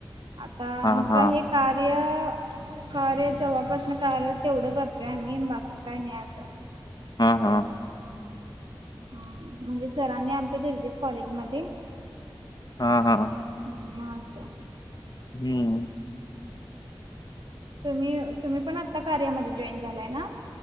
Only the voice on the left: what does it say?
हा
हा
हा हा
हा हा
हूं